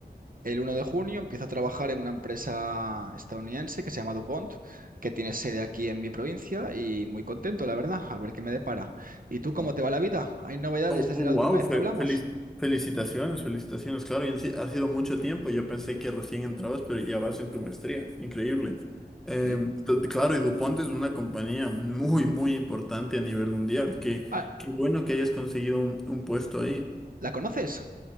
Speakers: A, on the right; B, in the centre.
A: El uno de junio empiezo a trabajar en una empresa estadounidense que se llama DuPont, que tiene sede aquí en mi provincia y muy contento, la verdad, a ver qué me depara. ¿Y tú cómo
B: Oh,
A: te va la vida? ¿Hay novedades
B: oh,
A: desde
B: oh,
A: la
B: wow,
A: última vez
B: fe-
A: que hablamos?
B: felicitaciones, felicitaciones, claro, y han si- ha sido mucho tiempo, yo pensé que recién entrabas, pero ya vas en tu maestría, increíble. Eh,
A: Sí.
B: t- claro, y DuPont es una compañía muy, muy importante a nivel mundial, que
A: Ah,
B: qué bueno que hayas conseguido un, un puesto ahí.
A: ¿la conoces?